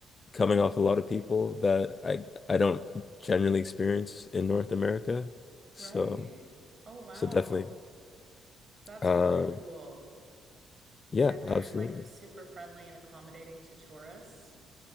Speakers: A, on the left; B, on the right.
A: coming
B: Oh,
A: off a lot of people that I I don't generally experience in North America. So
B: right. Oh, wow.
A: so definitely.
B: That's
A: Um
B: really cool.
A: yeah,
B: And they're
A: absolutely.
B: like super friendly and accommodating to tourists.